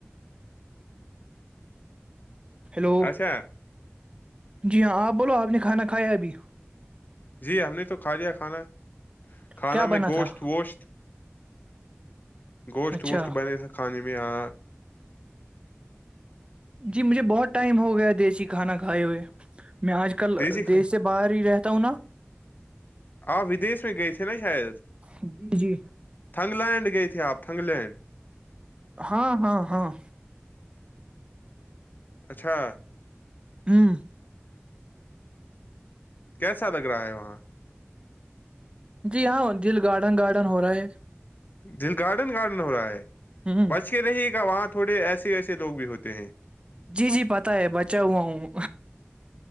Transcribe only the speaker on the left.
اچھا
جی ہم نے تو کھا لیا کھانا کھانا
میں گوشت
ووشت گوشت
ووشت بنے تھا کھانے میں ہاں
دیسی کھان
آپ ودیش میں گئے تھے نا شاید
تھنگ لینڈ گئے تھے آپ تھنگ لینڈ
اچھا
کیسا لگ رہا ہے وہاں
دل گارڈن گارڈن ہو رہا ہے
بچ کے رہ گا وہاں تھوڑے ایسے ایسے لوگ بھی ہوتے ہیں